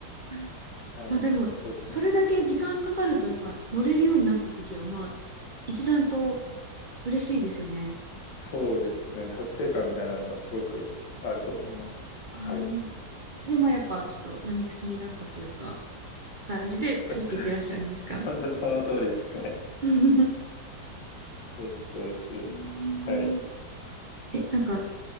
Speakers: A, on the right (about 40°); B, on the left (about 85°).
A: はい
B: はい。
A: まあでも、
B: そうですね。
A: それだけ時間かかるとやっぱ乗れるようになった時は、まあ、一段と嬉しいですよね。
B: そうですね。達成感みたいなのはすごくあると思います。はい。
A: あーで、まあやっぱちょっと病みつきになったというか、感じで続けてらっしゃるんですか
B: そ、<laughs> そその通りですね。
A: <laughs> うー
B: そうです、そうです。
A: ん
B: はい。
A: <laughs> え、なんか、